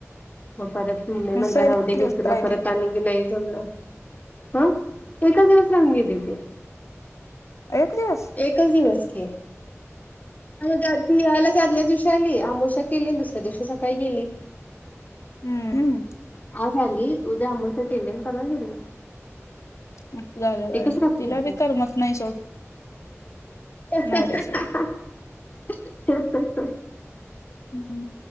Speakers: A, on the left; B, on the left.
A: मग परत म् मी म्हणलं
B: मग सैली
A: राहू
B: किती
A: दे घे
B: दिवस
A: तुला
B: राहिली
A: परत आणी नाही जमलं ह एकच दिवस राहून गेले ते
B: एकदिवस.
A: एकच दिवस की. <unintelligible> आदल्या दिवशी आली अमोश्या केली आणि दुसऱ्या दिवशी सकाळी गेली
B: हम्मम्.
A: आ झाली उद्या आमोश्या केली आणि परवा गेली.
B: मोठे झालं बाय
A: एकच रात्र
B: तिला
A: की.
B: बी करमत नाही सोड.
A: हं
B: नवऱ्याशिवाय
A: हं हं हा हा हं हं हं.
B: हम्म